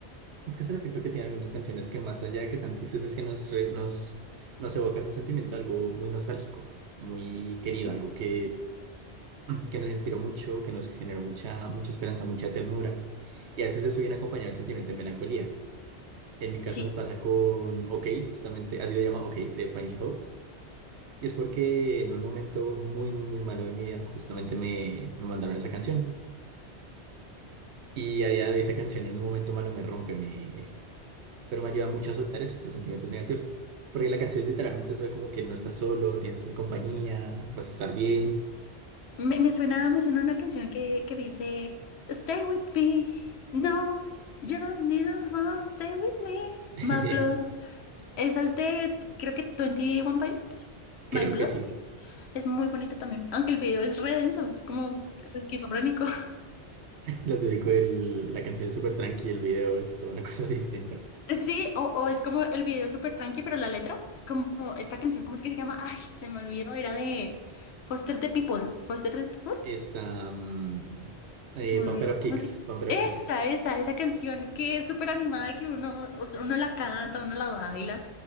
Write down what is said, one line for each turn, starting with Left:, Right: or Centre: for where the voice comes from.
Right: Es que es el efecto que tiene algunas canciones que más allá de que sean tristes es que nos, re- nos, nos evocan un sentimiento, algo muy nostálgico, muy querido, algo que, que nos inspiró mucho, que nos generó mucha, mucha esperanza, mucha ternura. Y a veces eso viene acompañado del sentimiento de melancolía. En mi caso
Left: Sí,
Right: me pasa con OK, justamente, así se llama OK, de Finding Hope. Y es porque en un momento muy, muy, muy malo de mi vida, justamente me, me mandaron esa canción. Y allá de esa canción en un momento malo me rompe, pero me ayuda mucho a soltar eso, los sentimientos negativos. Porque la canción es literalmente sobre como que no estás solo, tienes mi compañía, vas a estar bien.
Left: me, me suena, me suena una canción que, que dice, Stay with me, no, you don't need to run, stay with me,
Right: <laughs>
Left: my blood. Esa es de, creo que twenty one Pilots,
Right: Creo
Left: My Blood.
Right: que sí.
Left: Es muy bonita también, aunque el video es re denso, es como re esquizofrénico.
Right: <laughs> Lo típico el la canción es súper tranqui, el video es toda una cosa <laughs> distinta.
Left: Sí, o, o es como el video es súper tranqui, pero la letra, como esta canción, ¿cómo es que se llama? Ay, se me olvidó, era de Foster the People. Foster the People,
Right: Esta, mm, eh,
Left: se me
Right: Pump
Left: olvidó,
Right: It Up Kicks,
Left: ¿cómo se
Right: Pump It
Left: Esa,
Right: Up Kicks.
Left: esa, esa canción que es súper animada, que uno, o sea, uno la canta, uno la baila,